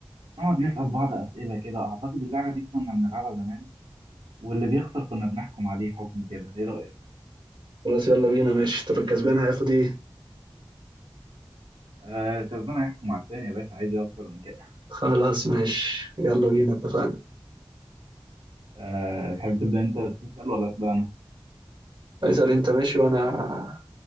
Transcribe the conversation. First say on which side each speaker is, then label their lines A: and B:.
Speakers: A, on the right (about 85°); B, on the right (about 60°).
A: نقعد نسال بعض اسئله كده اعتقد اللعبه دي كنا بنلعبها زمان واللي بيخسر كنا بنحكم عليه حكم كده ايه رايك
B: خلاص يلا بينا ماشي طب الكسبان هياخد ايه
A: آه كسبان هيحكم على التاني يا باشا عايز ايه اكتر من كده
B: خلاص ماشي يلا بينا اتفقنا
A: آه تحب تبدا انت تسال ولا ابدا انا
B: اسال انت ماشي وانا